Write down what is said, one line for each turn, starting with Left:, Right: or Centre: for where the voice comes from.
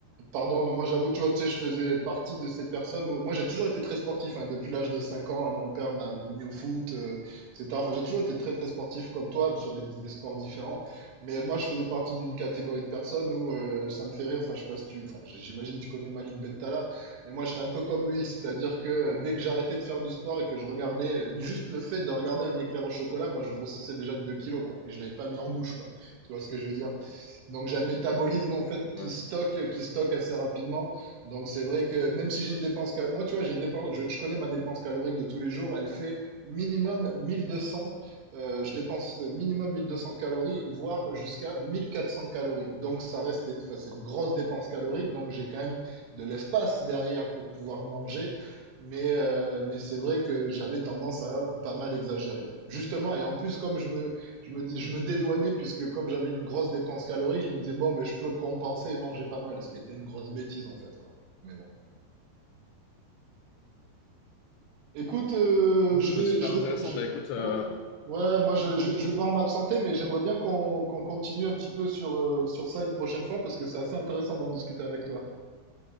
Right: Pardon, mais moi j'avoue, tu vois, tu sais, je faisais partie de ces personnes où moi j'ai toujours été très sportif. hein. Depuis l'âge de 5 ans, hein, mon père m'a m'a mis au foot, euh, etc. Enfin, j'ai toujours été très très sportif comme toi sur des, des sports différents. Mais moi je faisais partie d'une catégorie de personnes où euh, ça me fait rire. Enfin, je sais pas si tu, enfin, j- j'imagine que tu connais Malik Bentala, mais moi j'étais un peu comme lui, c'est-à-dire que euh, dès que j'arrêtais de faire du sport et que je regardais euh, juste le fait de regarder un éclair au chocolat, moi je grossissais déjà de 2 kilos quoi, et je l'avais pas mis en bouche quoi. Tu vois ce que
Left: <laughs>
Right: je veux dire? Donc j'ai un métabolisme en fait
Left: Ouais.
Right: qui stocke, qui stocke assez rapidement. Donc c'est vrai que même si j'ai une dépense, cal- moi tu vois, j'ai une dépense, je, je connais ma dépense calorique de tous les jours, elle fait minimum 1200. euh, je dépense minimum 1200 calories, voire jusqu'à 1400 calories. Donc ça reste, enfin c'est une grosse dépense calorique. Donc j'ai quand même de l'espace derrière pour pouvoir manger. Mais, euh, mais c'est vrai que j'avais tendance à pas mal exagérer, quoi. Justement, et en plus, comme je me, je me dis, je me dédouanais puisque comme j'avais une grosse dépense calorique, je me disais bon, mais je peux compenser et manger pas mal, ce qui était une grosse bêtise en fait, quoi. Mais bon. Écoute, euh,
Left: Ok,
Right: je vais,
Left: bah, super
Right: je
Left: intéressant.
Right: vais, je-
Left: Bah écoute, euh,
Right: ou- ou- ouais, moi je, je- je vais devoir m'absenter, mais j'aimerais bien qu'on qu'on continue un petit peu sur, euh, sur ça une prochaine fois parce que c'est assez intéressant d'en discuter avec toi.